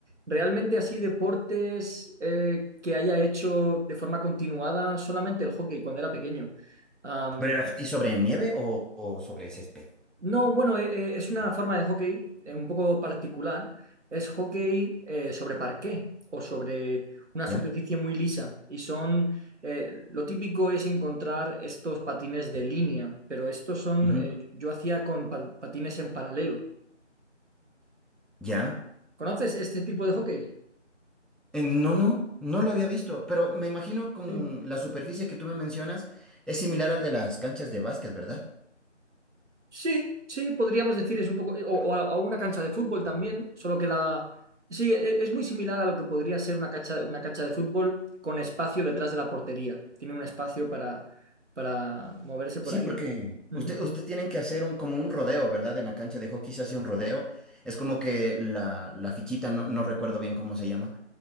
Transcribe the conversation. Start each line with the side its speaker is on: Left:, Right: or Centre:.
Right: realmente así deportes eh, que haya hecho de forma continuada solamente el hockey cuando era pequeño. Am,
Centre: ¿Pero era aquí sobre nieve o, o sobre césped?
Right: No, bueno, eh, eh, es una forma de hockey eh, un poco particular. Es hockey eh, sobre parqué o sobre una
Centre: ¿Ya?
Right: superficie muy lisa. Y son, eh, lo típico es encontrar estos patines de línea, pero estos son,
Centre: Ujú.
Right: eh, yo hacía con pa- patines en paralelo.
Centre: ¿Ya?
Right: ¿Conoces este tipo de hockey?
Centre: Eh, no, no, no lo había visto, pero me imagino con
Right: Sí.
Centre: la superficie que tú me mencionas es similar al de las canchas de básquet, ¿verdad?
Right: Sí, sí, podríamos decir es un poco, o, o a a una cancha de fútbol también, solo que la... Sí, e- e, es muy similar a lo que podría ser una cancha, una cancha de fútbol con espacio detrás de la portería. Tiene un espacio para, para moverse por
Centre: Sí,
Right: ahí.
Centre: porque
Right: Ujú.
Centre: usted, usted tienen que hacer un, como un rodeo, ¿verdad? En la cancha de hockey se hace un rodeo. Es como que la, la fichita, no, no recuerdo bien cómo se llama,